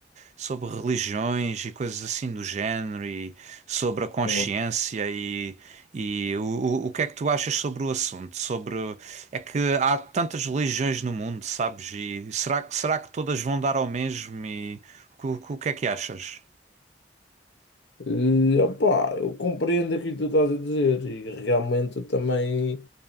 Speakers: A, on the right (about 40°); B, on the left (about 85°).
A: sobre religiões e coisas assim do género sobre a consciência
B: Hum.
A: e, e o, o, o que é que tu achas sobre o assunto? Sobre é que há tantas religiões no mundo, sabes? E será, que- será que todas vão dar ao mesmo? E o, o- o que é que achas?
B: E, opá, eu compreendo aquilo que tu estás a dizer e realmente eu também